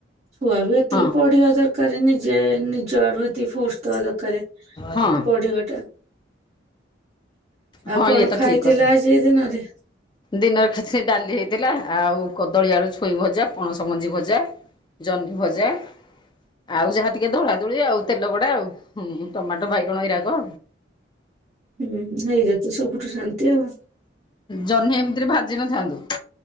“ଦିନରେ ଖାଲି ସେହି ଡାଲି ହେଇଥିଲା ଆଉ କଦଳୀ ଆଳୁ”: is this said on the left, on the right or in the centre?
Left